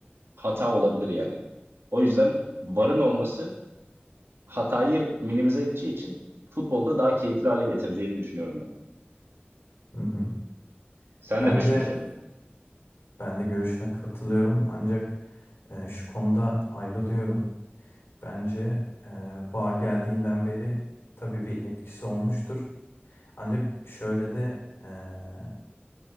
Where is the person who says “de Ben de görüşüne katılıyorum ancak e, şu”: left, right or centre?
Left